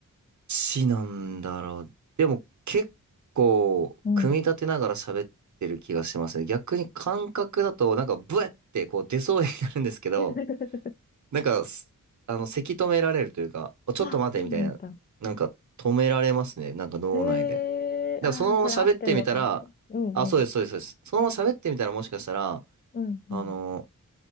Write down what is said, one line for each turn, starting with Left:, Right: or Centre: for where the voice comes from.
Right: ちなんだろう。でも結構組み立てながら喋ってる気がしますね。
Left: うん。
Right: 逆に感覚だとなんかブエってこう出そうになるんですけど、
Left: <laughs>
Right: なんかすあの、せき止められるというか、おちょっと待てみたいな、
Left: あ、そうなんだ。
Right: なんか止められますね。なんか脳内で。
Left: へえ、
Right: だか
Left: ああ、
Right: らそのまま喋ってみたら、
Left: これ合ってんのか。うんうん。
Right: あ、そうです、そうです、そうです。そのまま喋ってみたらもしかしたら、
Left: うんうん。
Right: あの、